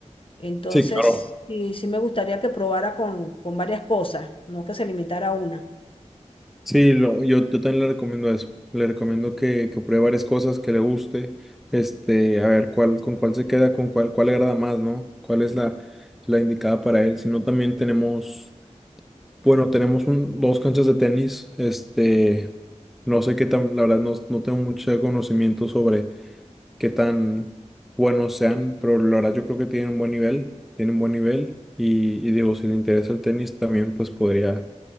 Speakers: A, on the left; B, in the centre.
A: Entonces,
B: Sí, claro.
A: sí, sí me gustaría que probara con, con varias cosas, no que se limitara a una.
B: Sí, lo, yo, yo también le recomiendo eso. Le recomiendo que, que pruebe varias cosas que le guste. Este, a ver cuál, con cuál se queda, con cuál, cuál le agrada más, ¿no? ¿Cuál es la, la indicada para él? Si no, también tenemos, bueno, tenemos un- dos canchas de tenis. Este, no sé qué tan, la verdad, no, no tengo mucho conocimiento sobre qué tan buenos sean, pero la verdad yo creo que tienen un buen nivel, tienen buen nivel. Y, y digo, si le interesa el tenis, también pues podría,